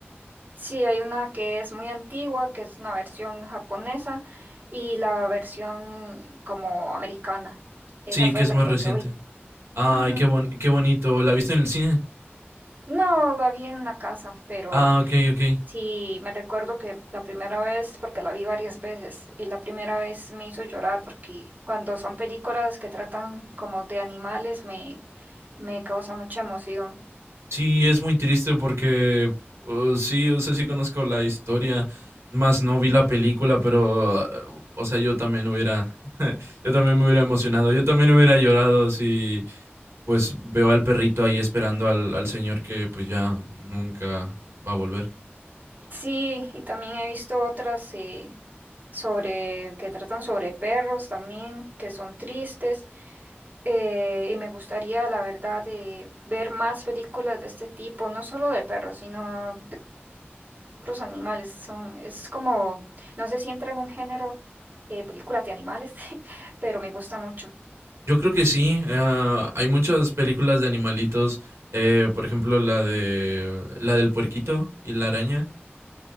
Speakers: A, on the right; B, on the right.
A: Sí, hay una que es muy antigua, que es una versión japonesa y la versión como americana. Esa
B: Sí,
A: fue
B: que es
A: la
B: más
A: que
B: reciente.
A: yo vi.
B: Ay,
A: Ujú.
B: qué bon- qué bonito. ¿La viste en el cine?
A: No, la vi en la casa, pero...
B: Ah, ok, ok.
A: Sí, me recuerdo que la primera vez, porque la vi varias veces, y la primera vez me hizo llorar porque cuando son películas que tratan como de animales me, me causa mucha emoción.
B: Sí, es muy triste porque uh, sí, o sea, sí conozco la historia, más no vi la película, pero, uh, o sea, yo también hubiera, <laughs> yo también me hubiera emocionado, yo también hubiera llorado si, pues, veo al perrito ahí esperando al, al señor que, pues, ya nunca va a volver.
A: Sí, y también he visto otras eh, sobre que tratan sobre perros también, que son tristes, eh, y me gustaría, la verdad, de ver más películas de este tipo, no solo de perros, sino otros animales. Son, es como, no sé si entra en un género, eh, películas de animales, <laughs> pero me gusta mucho.
B: Yo creo que sí, ah, hay muchas películas de animalitos, eh, por ejemplo, la de, la del puerquito y la araña,